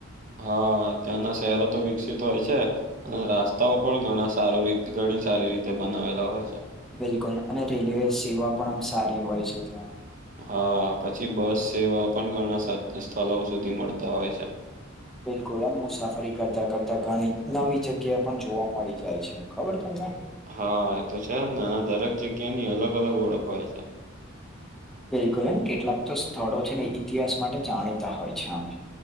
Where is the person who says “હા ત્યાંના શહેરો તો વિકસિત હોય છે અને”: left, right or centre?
Right